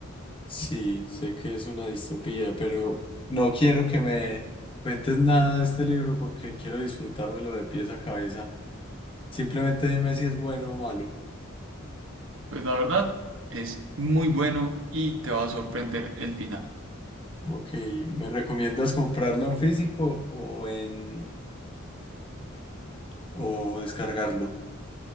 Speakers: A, on the left (about 25°); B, on the right (about 65°).
A: Sí, sé que es una distopía, pero no quiero que me cuentes nada de este libro porque quiero disfrutármelo de pies a cabeza. Simplemente dime si es bueno o malo.
B: Pues la verdad es muy bueno y te va a sorprender el final.
A: Ok, ¿me recomiendas comprarlo en físico o en o descargarlo?